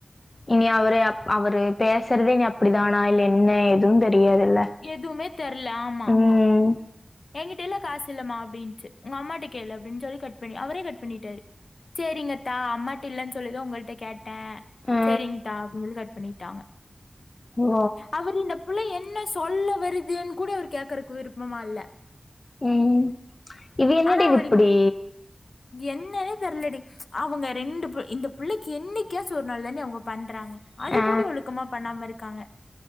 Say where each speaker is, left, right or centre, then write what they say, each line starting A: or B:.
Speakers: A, on the left; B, on the left.
A: இனி அவ்ரு அப் அவ்ரு பேசுறது இனி அப்டி தானா இல்ல என்ன எதுவு தெரியாதுல்ல
B: எதுவுமே தெர்ல ஆமா
A: ம்
B: என்கிட்ட எல்லா காசு இல்லமா அப்டின்ச்சு உங்க அம்மாட்ட கேளு அப்டின் சொல்லி கட் பண்ணி அவ்ரே கட் பண்ணிட்டாரு சேரிங்கத்தா அம்மாட்ட இல்லன்னு சொல்லிதா உங்கள்ட்ட கே டே
A: ஆ
B: சரிங்க்தா அப்டின் சொல்லி கட் பண்ணிட்டாங்க
A: ஓ
B: அவ்ரு இந்த பிள்ள என்ன சொல்ல வருதுன் கூட அவ்ரு கேக்குறக்கு விருப்பமா இல்ல
A: ம் இது என்னடி
B: ஆனா
A: இது
B: அவரு
A: இப்டி
B: என்னன்னே தெர்லடி அவங்க ரெண்டு இந்த பிள்ளைக்கு என்னைக்காசு ஒரு நாள் தான்டி அவங்க பண்றாங்க அது
A: ஆ
B: கூட ஒழுக்கமா பண்ணாம இருக்காங்க